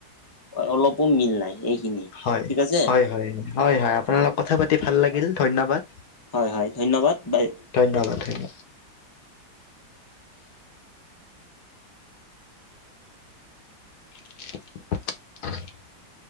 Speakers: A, on the left; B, on the left.
A: অলপো মিল নাই এইখিনিয়ে।
B: হয়,
A: ঠিক আছে
B: হয়- হয়- হয় -হয় আপোনাৰ লগত কথা পাতি ভাল লাগিল ধন্যবাদ।
A: হয়- হয় ধন্যবাদ বাই।
B: ধন্যবাদ থাকিল। <inaudible>